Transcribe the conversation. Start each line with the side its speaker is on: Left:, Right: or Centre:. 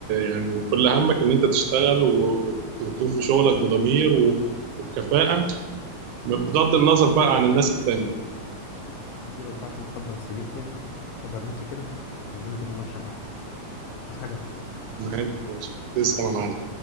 Right: يعني كل همك ان انت تشتغل و... وت- وتقوم بشغلك بضمير و... وبكفاءة بغض النظر بقى عن الناس التانية
Left: سيبك بقى عشان احضر السي في بتاعي احضر نفسي كده الدنيا تبقى ماشيه معايا عايز حاجه
Right: ماشي يا باشا. تسلم يا معلم